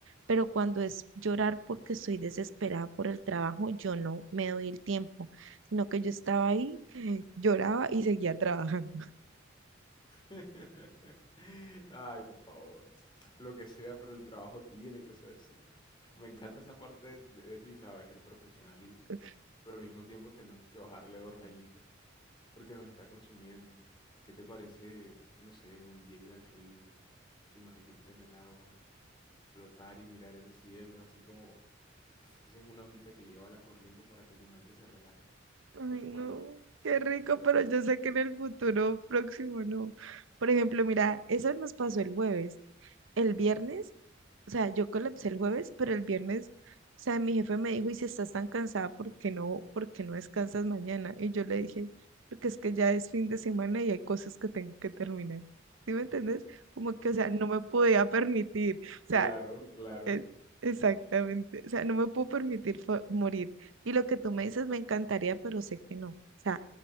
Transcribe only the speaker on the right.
Pero cuando es llorar porque estoy desesperada por el trabajo, yo no me doy el tiempo, sino que yo estaba ahí, <gasps> <laughs> lloraba y seguía trabajando.
<laughs>
Ay,
no,
qué rico, pero yo sé que en el futuro próximo no. Por ejemplo, mira, eso nos pasó el jueves. El viernes, o sea, yo colapsé el jueves, pero el viernes, o sea, mi jefe me dijo, y si estás tan cansada, ¿por qué no, por qué no descansas mañana? Y yo le dije, porque es que ya es fin de semana y hay cosas que tengo que terminar. ¿Sí me entiendes? Como que, o sea, no me podía permitir. O
sea,
e- Exactamente. O sea, no me puedo permitir fo- morir. Y lo que tú me dices me encantaría, pero sé que no. O sea,